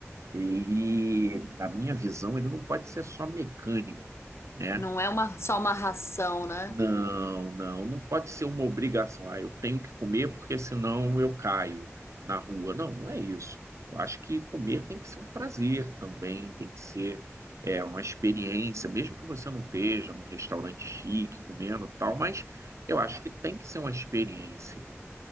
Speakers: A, on the right; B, on the left.
A: ele, na minha visão, ele não pode ser só mecânico, né?
B: Não é uma, só uma ração, né?
A: Não, não, não pode ser uma obrigação. Ah, eu tenho que comer porque senão eu caio na rua. Não, não é isso. Eu acho que comer tem que ser um prazer também, tem que ser é, uma experiência, mesmo que você não esteja num restaurante chique comendo e tal, mas eu acho que tem que ser uma experiência.